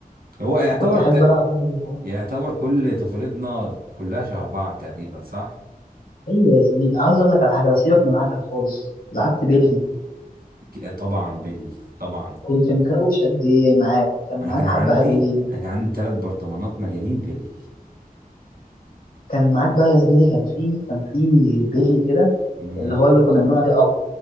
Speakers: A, on the right (about 80°); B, on the left (about 70°).
A: هو يعتبر
B: كنت أحب ألعب بيلي كمان
A: يعتبر كل طفولتنا كلها شبه بعض تقريبا صح؟
B: أيوة يا زميلي عاوز أقول لك على حاجة بس سيبك من عجل خالص لعبت بيلي
A: ك- طبعا بيلي طبعا
B: كنت مكوش قد إيه معاك كان معاك
A: انا كان
B: حبة
A: عندي
B: حلوين
A: انا كان عندي ثلاث برطمانات مليانين بيلي
B: كان معاك بقى يا زميلي كان في كان في بيلي كده
A: امم
B: اللي هو اللي كنا بنقول عليه أب